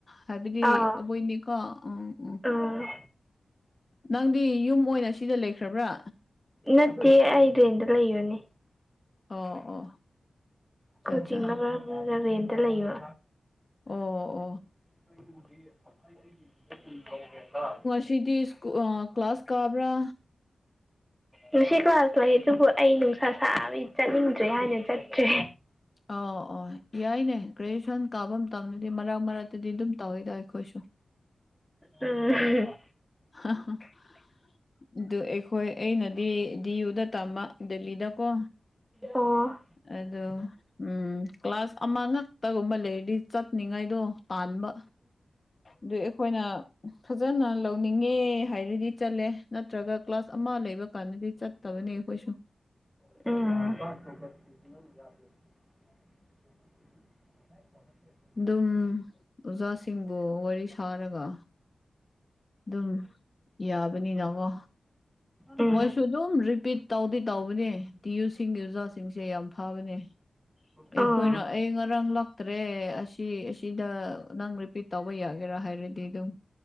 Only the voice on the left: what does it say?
ꯍꯥꯏꯕꯗꯤ
ꯑꯕꯣꯏꯅꯤꯀꯣ ꯎꯝ ꯎꯝ
ꯅꯪꯗꯤ ꯌꯨꯝ ꯑꯣꯏꯅ ꯁꯤꯗ ꯂꯩꯈ꯭ꯔꯕ꯭ꯔꯥ
ꯑꯣ ꯑꯣ ꯑꯠꯆꯥ
ꯑꯠꯆꯥ
ꯑꯣ ꯑꯣ
ꯁꯤꯗꯤ ꯑꯥ ꯀ꯭ꯂꯥꯁ ꯀꯥꯕ꯭ꯔꯥ
ꯑꯥ ꯑꯣ ꯌꯥꯏꯅꯦ ꯒ꯭ꯔꯦꯖꯨꯌꯦꯁꯟ ꯀꯥꯕ ꯃꯇꯝꯗꯗꯤ ꯃꯔꯛ ꯃꯔꯛꯇꯗꯤ ꯑꯗꯨꯝ ꯇꯧꯋꯤꯗ ꯑꯩꯈꯣꯏꯁꯨ
<inaudible> ꯑꯗꯨ ꯑꯩꯈꯣꯏ ꯑꯩꯅꯗꯤ ꯗꯤꯌꯨꯗ ꯇꯝꯕ ꯗꯦꯜꯂꯤꯗꯀꯣ
ꯑꯗꯣ ꯎꯝ ꯀ꯭ꯂꯥꯁ ꯑꯃ ꯉꯛꯇꯒꯨꯝꯕ ꯂꯩꯔꯗꯤ ꯆꯠꯅꯤꯡꯉꯥꯏꯗꯣ ꯇꯥꯟꯕ ꯑꯗꯨꯏ ꯑꯩꯈꯣꯏꯅ ꯐꯖꯅ ꯂꯧ ꯂꯧꯅꯤꯡꯉꯦ ꯍꯥꯏꯔꯗꯤ ꯆꯠꯂꯦ ꯅꯠꯇ꯭ꯔꯒ ꯀ꯭ꯂꯥꯁ ꯑꯃ ꯂꯩꯕ ꯀꯥꯟꯗꯗꯤ ꯆꯠꯇꯕꯅꯦ ꯑꯩꯈꯣꯢꯁꯨ
ꯑꯗꯨꯝ ꯑꯣꯖꯥꯁꯤꯡꯕꯨ ꯋꯥꯔꯤ ꯁꯥꯔꯒ ꯑꯗꯨꯝ ꯌꯥꯕꯅꯤꯅꯀꯣ
ꯃꯣꯏꯁꯨ ꯑꯗꯨꯝ ꯔꯤꯄꯤꯠ ꯇꯧꯗꯤ ꯇꯧꯕꯅꯦ ꯇꯤ ꯌꯨꯁꯤꯡꯒꯤ ꯑꯣꯖꯥ ꯁꯤꯡꯁꯦ ꯌꯥꯝ ꯐꯕꯅꯦ
ꯑꯩꯈꯣꯢꯅ ꯑꯩ ꯉꯔꯥꯡ ꯂꯥꯛꯇ꯭ꯔꯦ ꯑꯁꯤ ꯑꯁꯤꯗ ꯅꯪ ꯔꯤꯄꯤꯠ ꯇꯧꯕ ꯌꯥꯒꯦꯔꯥ ꯍꯥꯏꯔꯗꯤ ꯑꯗꯨꯝ